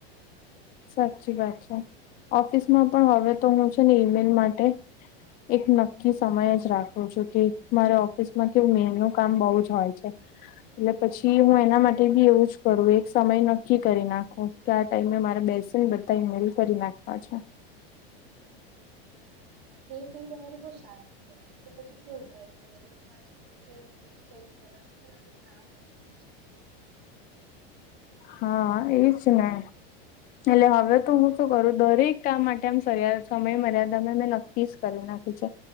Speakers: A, on the left; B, on the right.
A: સાચી વાત છે ઓફિસ માં પણ હવે તો હું છે ને ઈમેલ માટે એક ન સમય જ રાખું છું કે મારે ઓફિસમાં કેવું મે નું કામ બહુ જ હોય છે એટલે પછી હું એના
B: બરોબર
A: માટે બી એવું જ કરું એક સમય નક્કી કરી નાખું કે આ ટાઈમે મારે બેસે બધા ઇમેલ કરી નાખવા છે
B: એ ટીલ તમારી બઉ સારી કે તો પછી કેવું થાય કે દોરેક પાચ ઇમેલ ચેક કર એમર કામ અઈ જાય
A: હા એજ ને એટલે હવે તો હું શું કરું દરેક કામ માટે આમ સમય મર્યાદામે મેં ન પીસ કરી નાખી છે